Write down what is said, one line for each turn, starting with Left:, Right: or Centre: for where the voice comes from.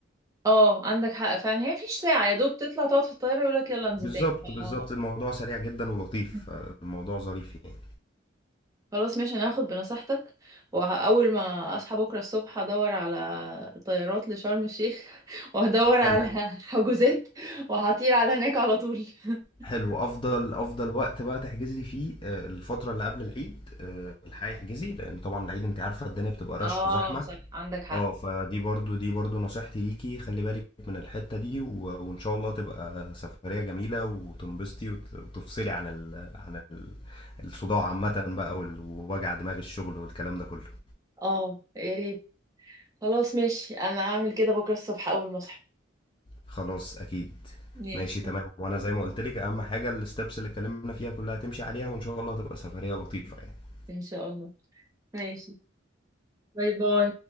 Right: اه عندك حق فعلا هي فيش ساعة يا دوب تطلع تقعد في الطيارة يقولك يلا انزل
Left: بالظبط
Right: تاني ف...
Left: بالظبط الموضوع سريع جدا ولطيف
Right: <laughs>
Left: آه، الموضوع ظريف يعني
Right: خلاص ماشي انا هاخد بنصيحتك واول ما اصحى بكرة الصبح هدور على طيارات لشرم الشيخ <laughs> وهدور على
Left: حلو
Right: حجوزات وهطير على هناك على طول <laughs>
Left: حلو افضل افضل وقت بقى تحجزي فيه آه، الفتره اللي قبل العيد آه، الحقيقه احجزي لان طبعا العيد انت عارفه الدنيا بتبقى رش
Right: اه
Left: وزحمه
Right: صح عندك حق
Left: اه فدي برضو دي برضو نصيحتي ليكي خلي بالك من الحته دي و... وان شاء الله تبقى سفريه جميله وتنبسطي وت... وتفصلي عن ال... عن ال... الصداع عامه بقى وال- ووجع دماغ الشغل والكلام ده كله
Right: اه يا ريت خلاص ماشي انا هعمل كده بكره الصبح اول ما اصحى
Left: خلاص اكيد
Right: ماشي
Left: ماشي تمام وانا زي ما قلت لك اهم حاجه الستبس اللي اتكلمنا فيها كلها تمشي عليها وان شاء الله تبقى سفريه لطيفه يعني
Right: ان شاء الله ماشي باي باي